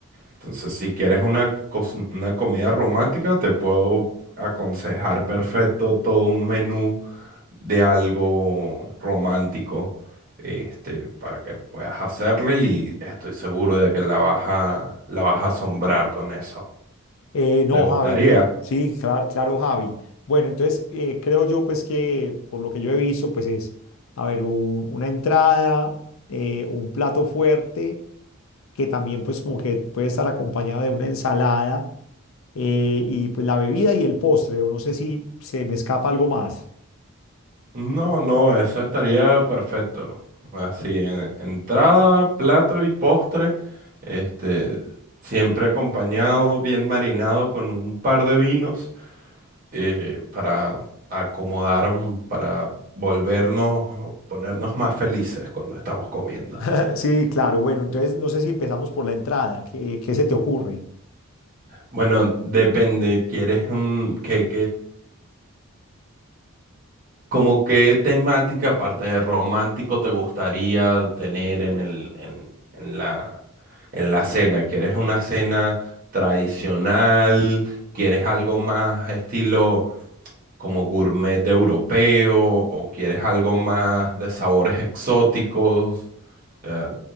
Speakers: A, on the right; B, on the left.
A: Entonces, si quieres una, cos- una comida romántica, te puedo aconsejar perfecto todo un menú de algo romántico, este, para que puedas hacerle y estoy seguro de que la vas a, la vas a asombrar con eso.
B: Eh, no,
A: ¿Te gustaría?
B: Javi, pues, sí, cla- claro, Javi. Bueno, entonces eh, creo yo pues que por lo que yo he visto pues es, a ver, u- una entrada, eh, un plato fuerte que también pues como que puede estar acompañado de una ensalada eh, y pues la bebida y el postre, o no sé si se me escapa algo más.
A: No, no, eso estaría perfecto. Así, en- entrada, plato y postre, este, siempre acompañado, bien marinado con un par de vinos eh, para acomodar, para volvernos, ponernos más felices cuando estamos comiendo.
B: <laughs> Sí, claro, bueno, entonces no sé si empezamos por la entrada, ¿qué, qué se te ocurre?
A: Bueno, depende, ¿quieres un qué, ¿Como qué temática, aparte de romántico, te gustaría tener en el, en, en la, en la cena? ¿Quieres una cena tradicional? ¿Quieres algo más estilo como gourmet de europeo? ¿O quieres algo más de sabores exóticos? O sea,